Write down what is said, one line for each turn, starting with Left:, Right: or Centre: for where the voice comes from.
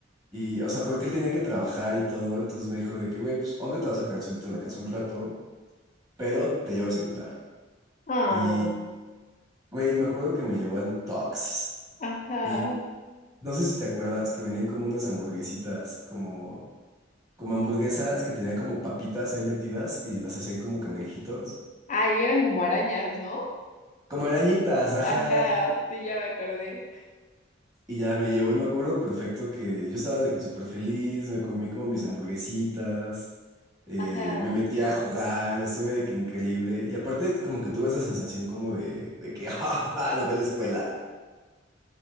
Right: Y, o sea, porque él tenía que trabajar y todo. Entonces me dijo de que, güey, pues obvio te vas a quedar solito en la casa un rato, pero te llevo a desayunar.
Left: Ah,
Right: Y, güey, me acuerdo que me llevó al Tox.
Left: ajá.
Right: Y no sé si te acuerdas que venían como unas hamburguesitas, como, como hamburguesas que tenían como papitas ahí metidas y las hacían como cangrejitos.
Left: Ay, eran como arañas, ¿no?
Right: Como arañitas, ajá.
Left: Ajá, sí, ya me acordé.
Right: Y ya me llevó y me acuerdo perfecto que yo estaba de que súper feliz, me comí como mis hamburguesitas, eh,
Left: Ajá.
Right: me metí a jugar, estuve de que increíble. Y aparte como que tuve esa sensación como de, de que, <laughs> ¡ja, ja, ja! no fue a la escuela.